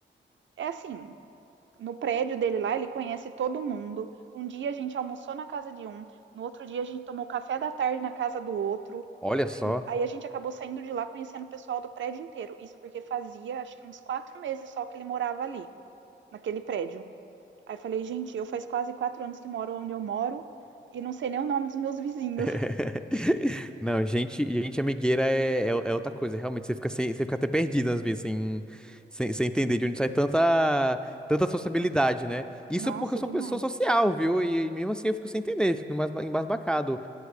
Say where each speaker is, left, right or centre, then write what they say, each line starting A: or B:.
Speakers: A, on the right; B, in the centre.
A: É assim, no prédio dele lá, ele conhece todo mundo. Um dia a gente almoçou na casa de um, no outro dia a gente tomou café da tarde na casa do outro.
B: Olha só.
A: Aí a gente acabou saindo de lá conhecendo o pessoal do prédio inteiro. Isso porque fazia acho que uns quatro meses só que ele morava ali, naquele prédio. Aí falei, gente, eu faz quase quatro anos que moro onde eu moro e não sei nem o nome dos meus vizinhos. <laughs>
B: <laughs> Não, gente, gente amigueira é, é, é outra coisa. Realmente, você fica, sem, você fica até perdido às vezes, sem, sem, sem entender de onde sai tanta, tanta sociabilidade, né? Isso
A: Nossa,
B: porque eu sou
A: demais.
B: uma pessoa social, viu? E, e mesmo assim eu fico sem entender, fico embasba- embasbacado.